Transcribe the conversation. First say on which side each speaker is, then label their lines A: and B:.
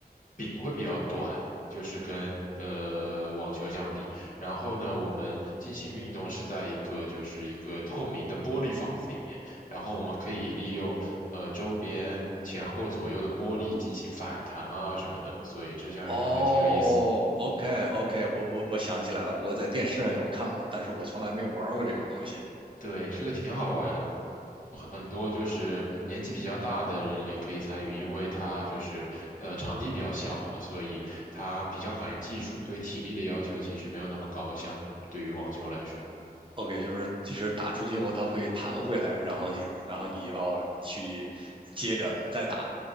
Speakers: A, on the left; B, on the right.
A: 柄会比较短，就是跟呃网球相比，然后呢，我们进行运动是在一个就是一个透明的玻璃房子里面。然后我们可以利用呃周边前后左右的玻璃进行反弹啊什么的，所以这项运动还挺有意思。
B: 哦，OK，OK，我我我想起来了，我在电视上有看过，但是我从来没有玩过这个东西。
A: 对，这个挺好玩的，很多就是年纪比较大的人也可以参与，因为它就是呃场地比较小嘛，所以它比较考验技术，对体力的要求其实没有那么高，相对于网球来说。
B: OK，就是就是打出去后它会弹回来，然后你然后你要去接着再打，